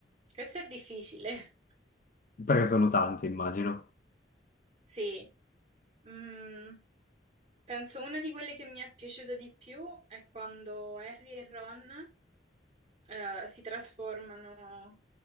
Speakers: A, on the right (about 35°); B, on the left (about 45°).
A: Questo è difficile,
B: Perché sono tante, immagino.
A: <laughs> sì. Mm, penso una di quelle che mi è piaciuta di più è quando Harry e Ron eh, si trasformano